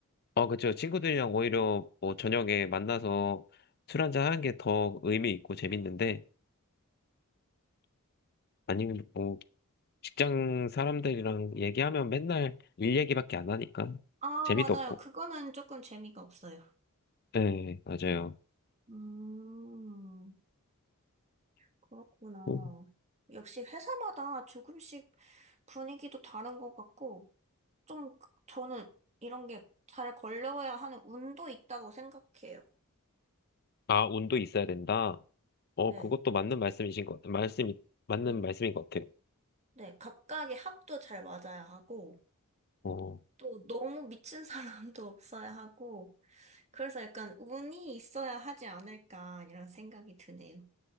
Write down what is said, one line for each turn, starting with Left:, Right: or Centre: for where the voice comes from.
Left: 어, 그쵸. 친구들이랑 오히려 뭐 저녁에 만나서 술 한잔 하는 게 더 의미 있고 재밌는데 아니면 뭐 직장 사람들이랑 얘기하면 맨날 일 얘기밖에 안 하니까
Right: 아,
Left: 재미도
Right: 맞아요.
Left: 없고.
Right: 그거는 조금 재미가 없어요.
Left: 네, 맞아요.
Right: 음, 그렇구나.
Left: 음.
Right: 역시 회사마다 조금씩 분위기도 다른 것 같고, 좀 그- 저는 이런 게 잘 걸려야 하는 운도 있다고 생각해요.
Left: 아, 운도 있어야 된다. 어,
Right: 네.
Left: 그것도 맞는 말씀이신 것, 말씀이, 맞는
Right: 네.
Left: 말씀인 것 같아요.
Right: 네. 각각의 합도 잘 맞아야 하고,
Left: 어,
Right: 또 너무 미친 사람도 <laughs> 없어야 하고, 그래서 약간 운이 있어야 하지 않을까, 이런 생각이 드네요.